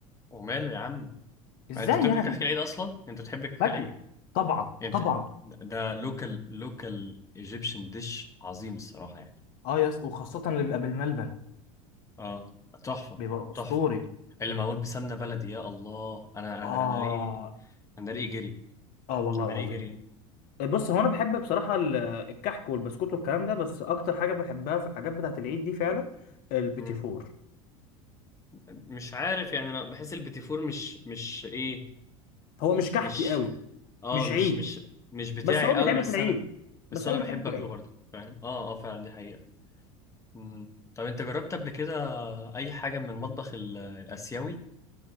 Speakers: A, on the left; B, on the left.
A: وماله يا عم
B: ازاي
A: ما أنت بتاكل
B: يعني
A: كحك العيد أصلا أنت بتحب كحك
B: باكله
A: العيد
B: طبعا
A: أنت
B: طبعا
A: ده لوكال لوكال ايجيبشن ديش عظيم الصراحة يعني
B: اه يا اسطى وخاصه اللي بيبقى بالملبن
A: أه تحفة
B: بيبقى اسطوري
A: تحفة اللي معمول بسمنة بلدي يا الله أنا
B: اه
A: أنا أنا ريقي أنا ريقي جري
B: اه والله
A: أنا
B: العظيم
A: ريقي جري
B: بص هو انا بحب بصراحه ال- الكحك والبسكوت والكلام ده بس اكتر حاجه بحبها في الحاجات بتاعه العيد دي فعلا البيتي
A: مم.
B: فور
A: مش عارف يعني أنا بحس البيتي فور مش مش إيه
B: هو مش كحكي
A: مش
B: قوي
A: أه
B: مش
A: مش
B: عيد
A: مش مش بتاعي
B: بس هو
A: قوي
B: بيتعمل
A: بس
B: في العيد
A: أنا
B: بس
A: بس أنا
B: هو بيتعمل
A: بحب
B: في
A: أكله
B: العيد
A: برضه فاهم أه أه فعلا دي حقيقة مم. طب انت جربت قبل كده اي حاجه من المطبخ ال- الاسيوي